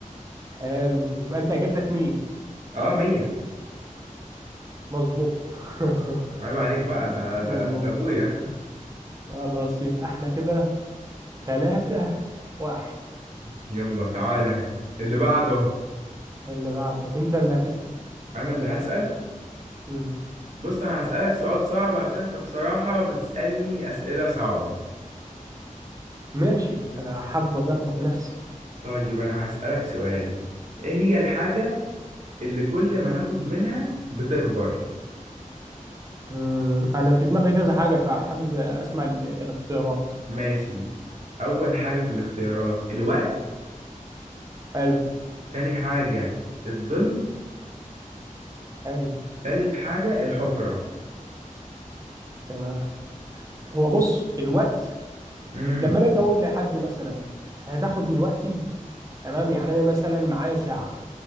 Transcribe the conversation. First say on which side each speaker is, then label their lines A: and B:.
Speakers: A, on the right; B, on the right.
A: حلو يبقى انت اجابتك مين؟
B: اه مية
A: مظبوط <laughs>
B: عيب عليك بقى ده ده
A: مظبوط
B: ده أبويا
A: خلاص يبقى احنا كده ثلاثة واحد
B: <laughs> يلا تعالى اللي بعده
A: اللي بعده انت اللي هتسأل
B: أنا اللي هسأل
A: مم.
B: بص أنا هسألك سؤال صعب عشان أنت بصراحة بتسألني أسئلة صعبة
A: ماشي انا حابب اجرب نفسي
B: طيب أنا هسألك سؤال إيه هي الحاجة اللي كل ما ناخد منها بتكبر
A: مم. انا في دماغي كذا حاجة فحابب اسمع ال- الاختيارات
B: ماشي أول حاجة في الاختيارات الوقت
A: حلو
B: تاني حاجة الظل
A: حلو
B: تالت حاجة الحفرة
A: تمام هو بص الوقت
B: مم.
A: لما انا اجي اقول لحد مثلا هتاخد من وقتي تمام يعني انا مثلا معايا ساعة